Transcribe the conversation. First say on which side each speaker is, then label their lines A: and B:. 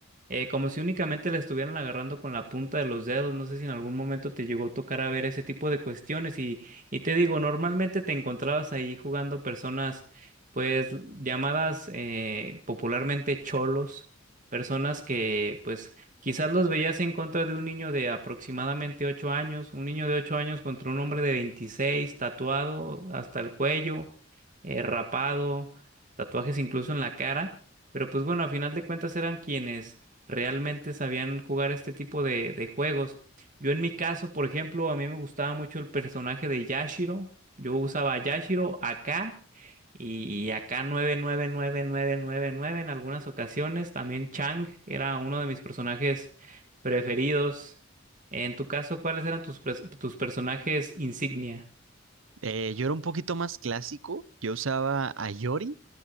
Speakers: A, on the right; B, on the right.
A: eh, como si únicamente la estuvieran agarrando con la punta de los dedos. No sé si en algún momento te llegó a tocar a ver ese tipo de cuestiones. Y, y te digo, normalmente te encontrabas ahí jugando personas, pues llamadas eh, popularmente cholos, personas que pues Quizás los veías en contra de un niño de aproximadamente 8 años, un niño de 8 años contra un hombre de 26, tatuado hasta el cuello, eh, rapado, tatuajes incluso en la cara, pero pues bueno, a final de cuentas eran quienes realmente sabían jugar este tipo de, de juegos. Yo en mi caso, por ejemplo, a mí me gustaba mucho el personaje de Yashiro, yo usaba a Yashiro acá y acá nueve nueve nueve nueve nueve nueve en algunas ocasiones. También Chang era uno de mis personajes preferidos. En tu caso, ¿cuáles eran tus, pres- tus personajes insignia?
B: Eh, yo era un poquito más clásico. Yo usaba a Yori,